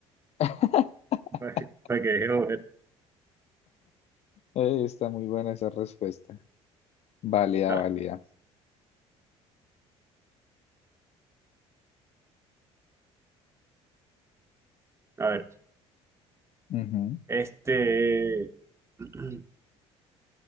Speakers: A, on the left; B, on the right.
A: <laughs>
B: <laughs> para, para que deje de joder.
A: Eh, está muy buena esa respuesta. Válida,
B: A,
A: válida.
B: a ver,
A: Ujú,
B: este, <clears throat>